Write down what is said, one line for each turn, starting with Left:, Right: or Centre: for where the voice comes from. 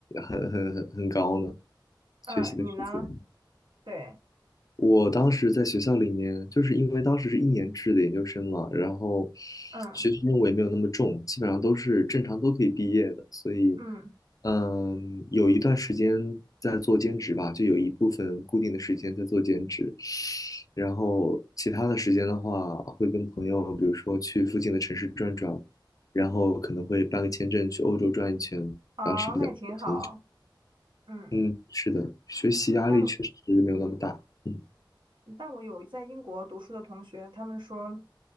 Left: 很很很很高呢，学习的时间。
Right: 嗯，你呢？对，
Left: 我当时在学校里面，就是因为当时是一年制的研究生嘛，然后
Right: 嗯
Left: 学习任务也没有那么重，基本上都是正常都可以毕业的，所以，
Right: 嗯，
Left: 嗯，有一段时间在做兼职吧，就有一部分固定的时间在做兼职，然后其他的时间的话，会跟朋友，比如说去附近的城市转转，然后可能会办个签证去欧洲转一圈，
Right: 哦，
Left: 当时比较流行。
Right: 那也挺好。嗯，
Left: 嗯，是的，学习压力确实没有那么大，
Right: 但
Left: 嗯。
Right: 但我有在英国读书的同学，他们说，